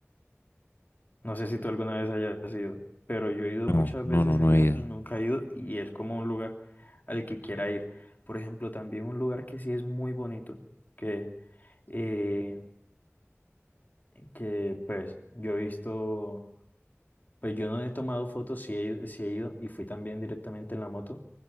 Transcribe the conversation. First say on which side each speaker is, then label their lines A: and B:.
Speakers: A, on the left (about 40°); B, on the left (about 55°).
A: No sé si tú alguna vez hayas ido, pero yo he ido
B: No,
A: muchas
B: no,
A: veces
B: no, no
A: allá
B: he ido.
A: y nunca he ido y es como un lugar al que quiera ir. Por ejemplo, también un lugar que sí es muy bonito, que, eh, que pues yo he visto, pues yo no he tomado fotos, sí he, ido- sí he ido y fui también directamente en la moto,